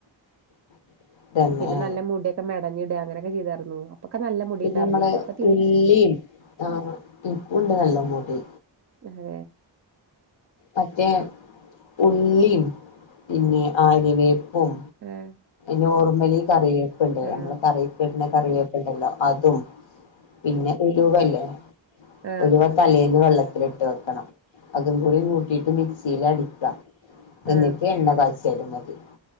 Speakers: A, on the left; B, on the right.
A: <inaudible>
B: പിന്നെ
A: ആ
B: നല്ല മുടിയക്കെ മെടഞ്ഞിട അങ്ങനെക്കെ ചെയ്തായിരുന്നു. അപ്പൊക്കെ നല്ല മുടിണ്ടാർന്നേ
A: പിന്നെ നമ്മളെ
B: ഇപ്പൊ തീരെ
A: ഉള്ളീം ആ ഇപ്പണ്ട് നല്ല മുടി.
B: ഏ?
A: മറ്റേ ഉള്ളീം പിന്നെ ആര്യവേപ്പും
B: ഉം
A: നോർമലി കറിവേപ്പ്ണ്ട്
B: ആഹ്
A: അങ്ങള് കറീക്കിടുന്ന കറിവേപ്പ്‌ണ്ടല്ലോ അതും പിന്നെ ഉലുവല്ലേ
B: ആഹ്
A: ഉലുവ തലേന്ന്‌ വെള്ളത്തിലിട്ട് വെക്കണം. അതും കൂടി കൂട്ടിട്ട് മിക്സിലടിക്കാം എന്നിട്ട്
B: ആഹ്
A: എണ്ണ കാ ച്ചെതു മതി.